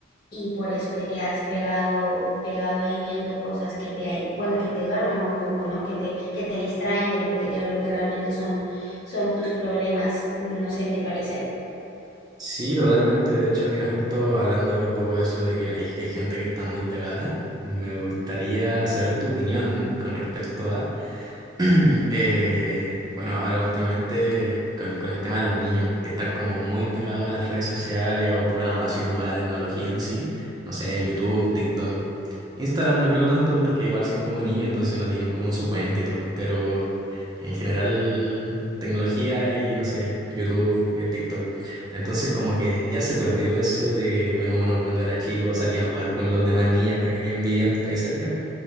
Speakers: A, on the left (about 50°); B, on the right (about 20°).
A: y por eso te quedas pegado, pegado ahí viendo cosas que te hay, bueno, que te duermen un poco, ¿no? Que te, que te distraen de lo que, de lo que realmente son, son tus problemas. No sé, ¿te parece?
B: Sí, totalmente. De hecho, mira, justo hablando un poco de eso, de que hay, hay gente que está muy pegada, me gustaría saber tu opinión con respecto a <clears throat> Eh, bueno, ahora últimamente con, con el tema de los niños que están como muy pegados a las redes sociales o bueno, así como a la tecnología en sí, no sé, YouTube, TikTok, Instagram no creo tanto porque igual son como niños, entonces no tienen como su cuenta y todo, pero en general tecnología y no sé, YouTube, eh, TikTok. Entonces como que ya se perdió eso de, bueno, uno cuando era chico salía a jugar con los demás niños que habían, vivían por ahí cerca.